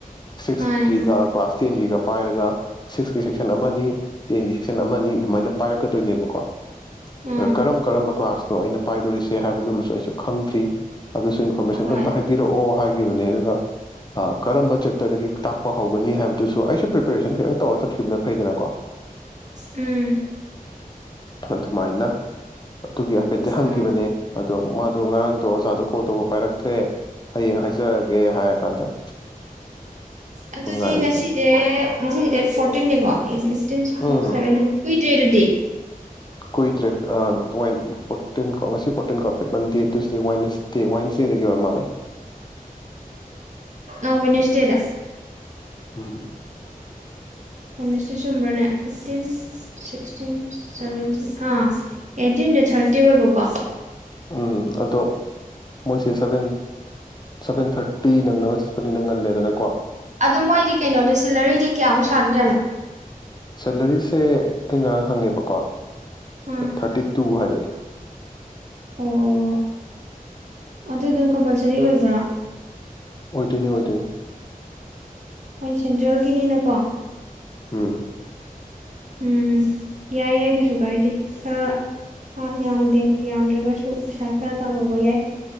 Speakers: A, on the left; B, on the right.
A: ꯁꯤꯛꯁꯀꯤꯒ
B: ꯃꯥꯅꯦ ꯃꯥꯅꯦ
A: ꯀ꯭ꯂꯥꯁ ꯇꯦꯟꯒꯤꯒ ꯄꯥꯏꯔꯒ ꯁꯤꯛꯁꯀꯤ ꯁꯦꯛꯁꯟ ꯑꯃꯅꯤ ꯇꯦꯟꯒꯤ ꯁꯦꯛꯁꯟ ꯑꯃꯅꯤ ꯑꯗꯨꯃꯥꯏꯅ ꯄꯥꯏꯔꯛꯀꯗꯣꯏꯅꯦꯕꯀꯣ
B: ꯎꯝ
A: ꯑꯗꯣ ꯀꯔꯝ ꯀꯔꯝꯕ ꯀ꯭ꯂꯥꯁꯅꯣ ꯑꯩꯅ ꯄꯥꯏꯗꯣꯔꯤꯁꯦ ꯍꯥꯏꯕꯗꯨꯃꯁꯨ ꯑꯩꯁꯨ ꯈꯪꯗ꯭ꯔꯤ ꯑꯗꯨꯁꯨ ꯏꯟꯐꯣꯔꯃꯦꯁꯟꯗꯣ
B: ꯍꯣꯏ
A: ꯑꯝꯇ ꯍꯥꯏ ꯄꯤꯔꯛꯑꯣ ꯍꯥꯏꯈꯤꯕꯅꯦ ꯑꯗꯨꯒ ꯑ ꯀꯔꯝꯕ ꯆꯦꯞꯇꯔꯗꯒꯤ ꯇꯥꯛꯄ ꯍꯧꯒꯅꯤ ꯍꯥꯏꯕꯗꯨꯁꯨ ꯑꯩꯁꯨ ꯄ꯭ꯔꯤꯄꯦꯔꯦꯁꯟ ꯈꯤꯇꯪ ꯇꯧꯔꯒ ꯆꯠꯈꯤꯕꯅ ꯐꯩꯗꯅꯀꯣ
B: ꯎꯝ
A: ꯑꯗꯨꯃꯥꯏꯅ ꯑꯗꯨꯒꯤ ꯍꯥꯏꯐꯦꯠꯇꯤ ꯍꯪꯈꯤꯕꯅꯦ
B: ꯎꯝ
A: ꯑꯗꯣ ꯃꯥꯗꯣ ꯉꯔꯥꯡꯗꯣ ꯑꯣꯖꯥꯗꯣ ꯀꯣꯜ ꯇꯧꯕ ꯄꯥꯏꯔꯛꯇ꯭ꯔꯦ ꯍꯌꯦꯡ ꯍꯥꯏꯖꯔꯛꯑꯒꯦ ꯍꯥꯏꯔ ꯀꯥꯟꯗ
B: ꯑꯗꯨꯗꯤ
A: ꯉꯥꯏꯔꯤꯁꯤꯅꯤ
B: ꯉꯁꯤꯁꯦ ꯉꯁꯤꯖꯦ ꯗꯦꯠ ꯐꯣꯔꯇꯤꯟꯅꯤꯀꯣ ꯍꯌꯦꯡ ꯐꯤꯞꯇꯤꯟ ꯁꯤꯛꯁꯇꯤꯟ
A: ꯎꯝ
B: ꯁꯥꯚꯦꯟꯇꯤꯟ ꯀꯨꯏ ꯗꯦ ꯑꯗꯨꯗꯤ
A: ꯀꯨꯏꯗꯔꯦ ꯑ <unintelligible> ꯐꯣꯔꯇꯤꯟ ꯀꯣ ꯉꯁꯤ ꯐꯣꯔꯇꯤꯟ ꯀꯣ ꯐꯤ ꯃꯟꯗꯦ ꯇꯨꯁꯇꯦ ꯋꯥꯏꯅꯁꯇꯦ ꯋꯥꯏꯅꯁ ꯁꯤꯗꯒꯤ ꯑꯣꯏꯔ ꯃꯥꯂꯦ
B: ꯑ ꯋꯥꯏꯅꯁꯇꯦꯗ
A: ꯎꯝ
B: ꯋꯥꯏꯅꯁꯇꯦ ꯆꯨꯝꯕ꯭ꯔꯅꯦ ꯐꯤꯞꯇꯤꯟ ꯁꯤꯛꯇꯤꯟ ꯁꯚꯦꯟꯇꯤꯟ ꯑꯥ ꯑꯩꯠꯇꯤꯟꯗꯣ ꯊ꯭ꯔꯥꯁꯇꯦ ꯑꯣꯏꯕꯀꯣ
A: ꯎꯝ ꯑꯗꯣ ꯃꯣꯏꯁꯦ ꯁꯚꯦꯟ ꯁꯚꯦꯟ ꯊꯥꯔꯇꯤ ꯅꯪꯅꯕ ꯆꯠꯄꯅꯤꯅ ꯉꯜꯂꯦꯗꯅ
B: ꯑꯗ ꯃꯣꯏꯗꯤ ꯀꯩꯅꯣꯗ ꯁꯦꯂꯔꯤꯗꯤ ꯀꯌꯥꯃꯨꯛ ꯁꯥꯗꯣꯏꯖꯥꯅꯣ
A: ꯁꯦꯂꯔꯤꯁꯦ ꯑꯩ ꯉꯔꯥꯡ ꯍꯪꯉꯦꯕꯀꯣ
B: ꯎꯝ
A: ꯊꯥꯔꯇꯤ ꯄꯨ ꯍꯥꯏꯔꯛꯑꯦ
B: ꯑꯣ ꯑꯗꯨ ꯑꯗꯨꯝ ꯀꯝꯄꯜꯁꯔꯤ ꯑꯣꯏꯕ꯭ꯔꯥ꯫
A: ꯑꯣꯏꯗꯣꯏꯅꯤ ꯑꯣꯏꯗꯣꯏꯅꯤ꯫
B: ꯍꯣꯏ ꯁꯦꯟꯇ꯭ꯔꯦꯜꯒꯤꯅꯤꯅꯀꯣ
A: ꯎꯝ
B: ꯎꯝ ꯌꯥꯏ ꯌꯥꯏ ꯀꯩꯁꯨ ꯀꯥꯏꯗꯦ ꯈꯔ ꯍꯥ ꯌꯥꯝꯗꯦ꯫ ꯌꯥꯝꯗ꯭ꯔꯒꯁꯨ ꯄꯩꯁꯥ ꯈꯔ ꯇꯥꯜꯍꯧ꯫ ꯑꯣꯏ ꯌꯦ